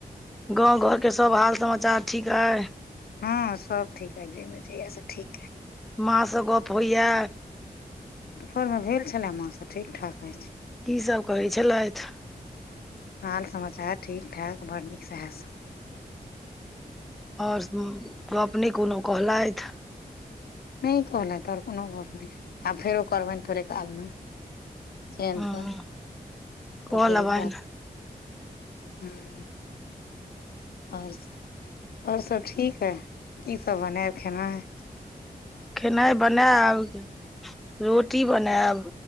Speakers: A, in the centre; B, on the left.
A: गाँव घरके सब हाल समाचार ठीक अइ?
B: हँ सब ठीक अइ <unintelligible> जहिया से ठीक अइ।
A: माँसँ गऽप होइए?
B: दुपहरमे भेल छलय माँसँ, ठीक- ठाक अछि।
A: की सब कहै छलैथ?
B: हाल समाचार ठीक- ठाक, बड़ नीक, सेह सब।
A: आओर कहू गप नहि कोनो कहलथि।
B: नहि कहलथि आओर कोनो गपनहि, आब फेर ओकर बाद थोड़े काल मे। चेनसँ
A: हँ कऽ
B: तऽ फेर
A: लेबनि
B: ओकर बाद--हुँ। आओर सब, आओर सब ठीक ऐह, की सब बनायब खेना य?
A: खेनाय बनायब। रोटी बनायब,